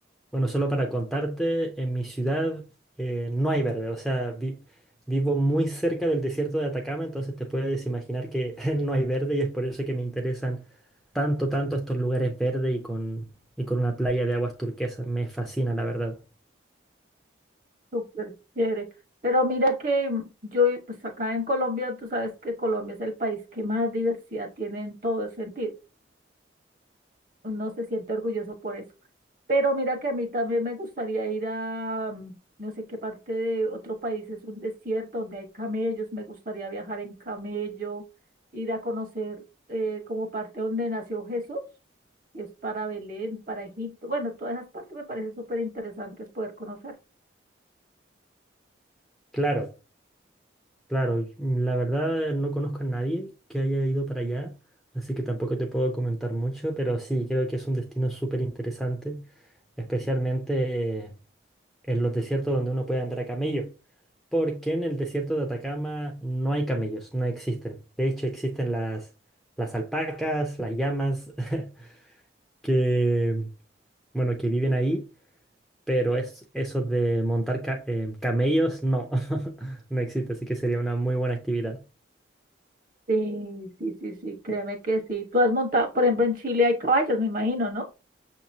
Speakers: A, in the centre; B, on the right.
A: bueno, solo para contarte, en mi ciudad eh, no hay verde, o sea, vi- vivo muy cerca del desierto de Atacama, entonces te puedes imaginar que <laughs> no hay verde y es por eso que me interesan tanto, tanto estos lugares verdes y con, y con una playa de aguas turquesas. Me fascina, la verdad.
B: Súper chévere. Pero mira que mm, yo, vi- pues acá en Colombia, tú sabes que Colombia es el país que más diversidad tiene en todo sentido. no se siente orgulloso por eso. Pero mira que a mí también me gustaría ir a mm, no sé qué parte de otro país es un desierto donde hay camellos, me gustaría viajar en camello, ir a conocer eh, como parte donde nació Jesús, que es para Belén, para Egipto. Bueno, todas esas partes me parecen súper interesantes poder conocer.
A: Claro. Claro, y, mm, la verdad no conozco a nadie que haya ido para allá, así que tampoco te puedo comentar mucho, pero sí, creo que es un destino súper interesante, especialmente en los desiertos donde uno puede andar a camello, porque en el desierto de Atacama no hay camellos, no existen. De hecho, existen las, las alpacas, las llamas, <laughs> que, bueno, que viven ahí, pero es eso de montar ca- eh, camellos, no, <laughs> no existe, así que sería una muy buena actividad.
B: Sí, sí, sí, sí, créeme que sí. Tú has montado, por ejemplo, en Chile hay caballos, me imagino, ¿no?